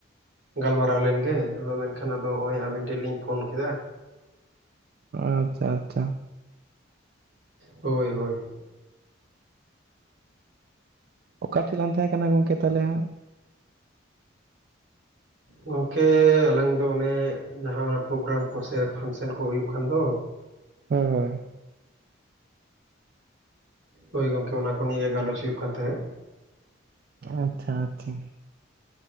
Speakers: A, on the right; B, on the right.
A: ᱜᱟᱞᱢᱟᱨᱟᱣ ᱞᱮᱱᱜᱮ ᱟᱫᱚ ᱢᱮᱱᱠᱷᱟᱱ ᱟᱫᱚ ᱱᱚᱜᱚᱭ ᱟᱵᱤᱱ ᱴᱷᱮᱱ ᱞᱤᱧ ᱯᱷᱳᱱ ᱠᱮᱫᱟ᱾
B: ᱟᱪᱪᱷᱟ, ᱟᱪᱪᱷᱟ᱾
A: ᱦᱳᱭ, ᱦᱳᱭ᱾
B: ᱚᱠᱟ ᱴᱷᱮᱱ ᱞᱟᱝ ᱛᱟᱦᱮᱸ ᱠᱟᱱᱟ ᱜᱚᱝᱠᱮ ᱛᱟᱦᱮ ᱦᱟᱸᱜ᱾
A: ᱜᱚᱝᱠᱮ ᱟᱞᱟᱝ ᱫᱚ ᱚᱱᱮ ᱡᱟᱦᱟ ᱚᱱᱟ ᱯᱨᱳᱜᱨᱟᱢ ᱠᱚᱥᱮ ᱯᱷᱟᱱᱥᱮᱱ ᱠᱚ ᱦᱳᱭᱳᱜ ᱠᱟᱱ ᱫᱚ᱾
B: ᱦᱳᱭ, ᱦᱳᱭ᱾
A: ᱦᱳᱭ ᱜᱚᱝᱠᱮ ᱚᱱᱟ ᱠᱚ ᱱᱤᱭᱮ ᱜᱮ ᱜᱟᱞᱚᱪ ᱦᱩᱭᱩᱜ ᱠᱟᱱ ᱛᱟᱦᱮᱸᱫ᱾
B: ᱟᱪᱷᱟ ᱟᱪᱷᱟ